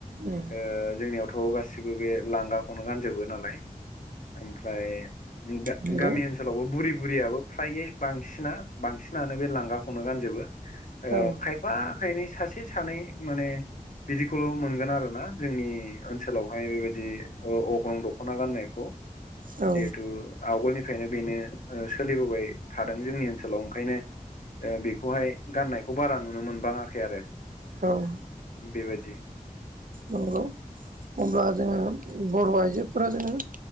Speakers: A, on the right; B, on the left.
A: ओम।
B: ओ जोंनियावथ' गासिबो बे लांगाखौनो गानजोबो। नालाय ओमफ्राय गा-गामि
A: नंगौ
B: ओन ओनसोलावबो बुरि बुरियाबो फ्रायै बांसिना बांसिनानो बे लांगाखौनो गानजोबो। ओ
A: औ
B: खायफा खायनै सासे सानै माने बिदिखौ मोनगोन आरोना जोंनि ओनसोलावहाय बे बायदि अग्रं दख'ना गाननायखौ।
A: औ
B: जिहेथु आवगोलनिफ्रायनो बेनो ओ सोलिबोबाय थादों जोंनि ओनसोलाव ओंखायनो। ओ बेखौहाय गाननायखौ बारा नुनो मोनबाङाखै आरो।
A: औ।
B: बे बायदि
A: नंगौ। अब्ला जोङो बर' आइजोफोरा जोङो